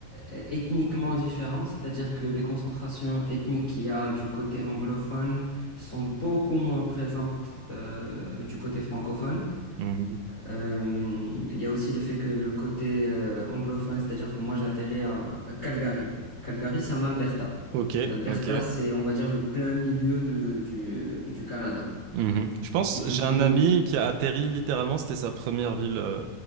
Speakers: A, on the left; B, on the right.
A: euh, ethniquement différent, c'est-à-dire que les concentrations ethniques qu'il y a du côté anglophone sont beaucoup moins présentes euh, du côté francophone.
B: Mhm.
A: Euh, il y a aussi le fait que le côté euh, anglophone, c'est-à-dire que moi j'ai atterri à, à Calgary. Calgary, c'est en Alberta.
B: Ok.
A: L'Alberta,
B: Ok.
A: c'est, on va dire, le plein milieu du, du, du Canada.
B: Mhm. Je pense,
A: Et du
B: j'ai
A: coup,
B: un ami qui a atterri littéralement, c'était sa première ville euh,